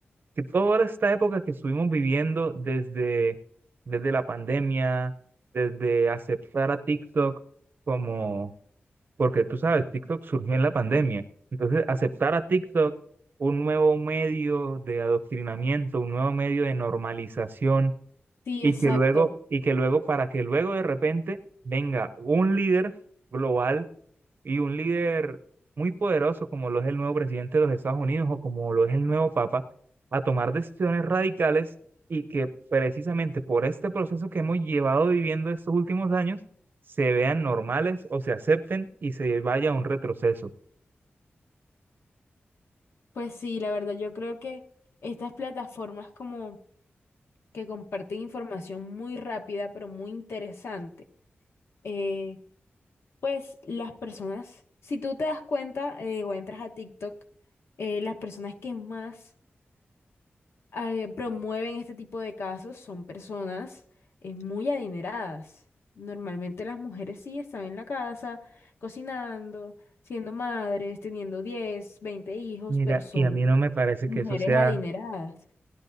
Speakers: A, on the right; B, on the left.
A: que toda esta época que estuvimos viviendo desde, desde la pandemia, desde aceptar a TikTok como, porque tú sabes, TikTok surgió en la pandemia. Entonces, aceptar a TikTok, un nuevo medio de adoctrinamiento, un nuevo medio de normalización,
B: Sí,
A: y
B: exacto.
A: que luego, y que luego, para que luego de repente venga un líder global y un líder muy poderoso como lo es el nuevo presidente de los Estados Unidos o como lo es el nuevo Papa, a tomar decisiones radicales y que precisamente por este proceso que hemos llevado viviendo estos últimos años, se vean normales o se acepten y se vaya a un retroceso.
B: Pues sí, la verdad, yo creo que estas plataformas como que comparten información muy rápida, pero muy interesante, eh, pues las personas, si tú te das cuenta eh, o entras a TikTok, eh, las personas que más eh, promueven este tipo de casos son personas eh, muy adineradas. Normalmente las mujeres sí están en la casa cocinando, siendo madres, teniendo 10 20 hijos,
A: Mira,
B: pero son
A: y a mí no me parece
B: mujeres
A: que eso sea,
B: adineradas.